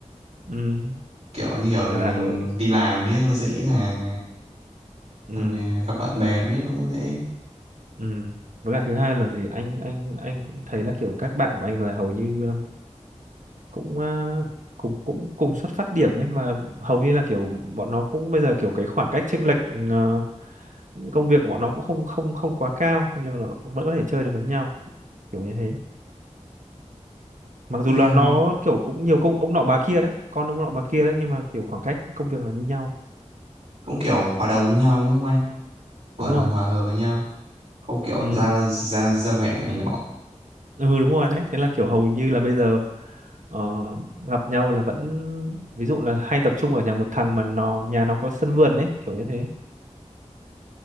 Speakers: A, on the right; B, on the right.
A: ừ,
B: kiểu như kiểu
A: ở
B: là mình
A: Hà Nội
B: đi làm đi nó dễ là
A: ừ,
B: xong rồi gặp bạn bè bạn biết nó cũng dễ
A: ừ. với cả thứ hai là gì anh anh anh cũng thấy là kiểu các bạn của anh là hầu như ờ, cũng à, cùng cũng cùng xuất phát điểm ấy mà hầu như là kiểu bọn nó cũng bây giờ kiểu cái khoảng cách chênh lệch ờ, công việc của bọn nó cũng không không không quá cao nên là nó vẫn có thể chơi được với nhau kiểu như thế mặc
B: em
A: dù là nó kiểu cũng nhiều công ông nọ bà kia đấy con ông nọ bà kia đấy nhưng mà kiểu khoảng cách công việc là như nhau
B: cũng kiểu hòa đồng với nhau đúng không anh gọi
A: đúng rồi
B: là hòa hợp với nhau không kiểu
A: ừ
B: ra ra ra vẻ này nọ
A: ừ đúng rồi đấy thế là kiểu hầu như là bây giờ ờ, gặp nhau là vẫn ví dụ là hay tập trung ở nhà một thằng mà nó nhà nó có sân vườn ấy kiểu như thế